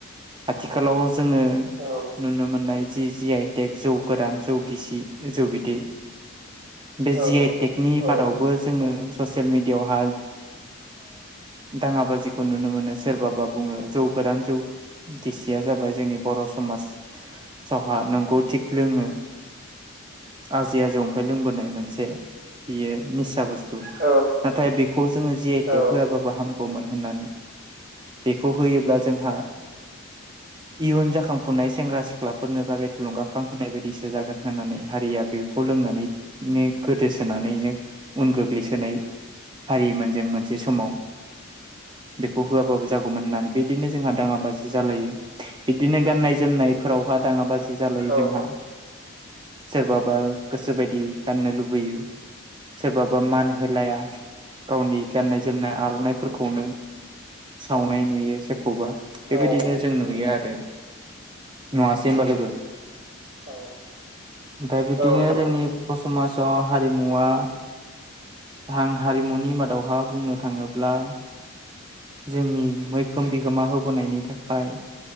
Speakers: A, on the right (about 20°); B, on the right (about 50°).
A: आथिखालाव जोङो
B: औ
A: नुनो मोननाय जि जि आइटेक जौ गोरान जौ गिसि जौ बिदै बे
B: औ
A: जि आइ टेकनि
B: औ
A: बादावबो जोङो ससियेल मिडियावहाय दाङा बाजिखौ नुनो मोनो सोरबाबा बुङो जौ गोरान जौ गिसिया जाबाय जोंनि बर' समाजावहा नंगौ थिग लोङो। आ जिया जं लोंबोनाय मोनसे बियो निसा बुस्थु
B: औ
A: नाथाय बे खौ जोङो जि आइटेक
B: औ
A: होआबाबो हामगौमोन होननानै बेखौ होयोब्ला जोंहा इयुन जाखांफुनाय सेंग्रा सिख्लाफोरनो थाखाय थुलुंगाखां होनाय बायदिसो जागोन होननानै हारिया बेखौ लों होनानैनो गोदोसोनानैनो उन गोग्लैसोनाय हारिमोन जों मोनसे समाव बेखौ होआबाबो जागौमोन होननानै बिदिनो जोंहा दाङाबाजि जालायो बिदिनो गाननाय-जोमनाय फोरावहा दाङा बाजि जालायो
B: औ
A: जोंहा सोरबाबा गोसो बायदि गाननो लुबैयो सोरबाबा मान होलाया गावनि गाननाय जोमनाय आर'नाइफोरखौनो सावनाय नुयो सोरखौबा
B: औ
A: बेबायदिनो जों नुयो आरो नङासै होमबा लोगो
B: औ
A: दा बिदिनो
B: नोंथां
A: जोंनि बर' समाजाव हारिमुवा रां हारिमुनि मादावहा बुंनो थाङोब्ला जोंनि मैखोम बिहोमा होबोनायनि थाखाय